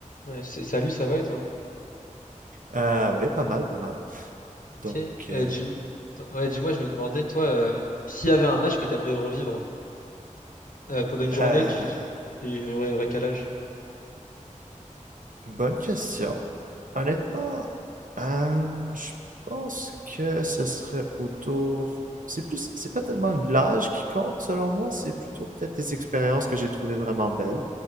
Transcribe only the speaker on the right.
Euh, oui, pas mal, pas mal. Donc,
euh,
euh,
bonne question. Honnêtement, euh, je pense que ce serait autour. C'est plus, c'est pas tellement l'âge qui compte selon moi, c'est plutôt peut-être des expériences que j'ai trouvées vraiment belles.